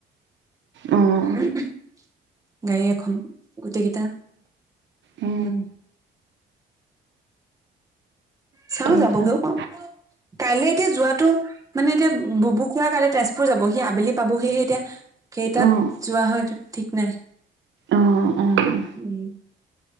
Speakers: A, on the right (about 15°); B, on the right (about 65°).
A: <inaudible>
B: উম, উম,
A: গাড়ী এখন গোটেইকেইটা
B: অ',
A: উম চাওঁ
B: অ',
A: যাবগেও পাৰো, কাইলে এতিয়া যোৱাটো মানে এতিয়া বুবু খুৰা কাইলে তেজপুৰ যাব। সি আবেলি পাবহি হে এতিয়া। কেইটাত
B: অ',
A: যোৱা হয় এইটো ঠিক নাই।
B: অ', অ',
A: উম